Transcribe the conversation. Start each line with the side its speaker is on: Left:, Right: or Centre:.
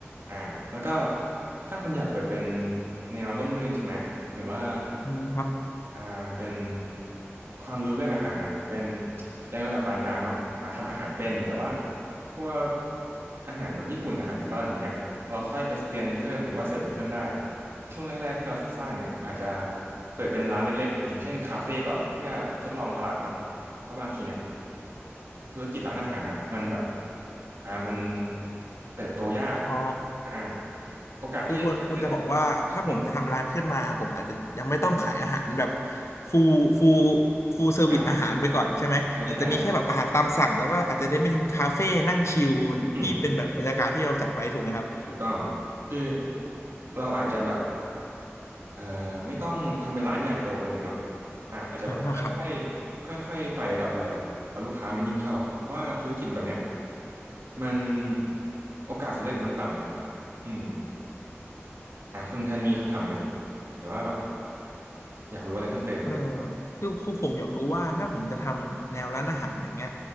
Right: อ่าแล้วก็ถ้าคุณอยากเปิดเป็นแนวร่มรื่นใช่ไหมหรือว่า
Left: อืมครับ
Right: อ่าเป็นความรู้เรื่องอาหารอ่ะเป็นแรงระดับปานกลางเนาะอ่าทำอาหารเป็นแต่ว่าพวกอาหารแบบญี่ปุ่นอาหารฝรั่งอย่างเงี้ยเราค่อยไปเรียนเพิ่มหรือว่าเสริมเพิ่มได้ช่วงแรกๆที่เราสร้างเนี่ยอาจจะเปิดเป็นร้านเล็กๆอย่างเช่นคาเฟ่ก่อนเพื่อทดลองตลาดเนาะ เพราะบางทีเนี่ยธุรกิจร้านอาหารเนาะมันแบบอ่ามันเติบโตยาก
Left: อ๋อ
Right: อ่าโอกาสที่เติบโต
Left: คือคุณคุณจะบอกว่าถ้าผมจะทำร้านขึ้นมาผมอาจจะยังไม่ต้องขายอาหารแบบ
Right: อืม
Left: ฟูลฟูลฟูลเซอร์วิสอาหารไปก่อนใช่ไหมอาจจะมีแค่แบบอาหารตามสั่งแล้วก็อาจจะได้เป็นคาเฟ่นั่งชิลที่เป็นแบบบรรยากาศที่เราจัดไว้ถูกไหมครับ
Right: อ่าใช่ใช่อืมถูกต้องคือเราอาจจะแบบเอ่อไม่ต้องทำเป็นร้านใหญ่โตไปเลยเนาะอ่าอาจจะแบบค่อยๆค่อยๆไต่ระดับไปพอลูกค้ามันยิ่งเข้าเพราะว่าธุรกิจแบบเนี้ย
Left: อ่าครับ
Right: มันโอกาสสำเร็จมันต่ำครับอืมอ่าคุณแทนมีคำถามเลยไหมหรือว่าแบบอยากรู้อะไรเพิ่มเติม
Left: เออคือคือผมอยากรู้ว่าถ้าผมจะทำแนวร้านอาหารอย่างเงี้ย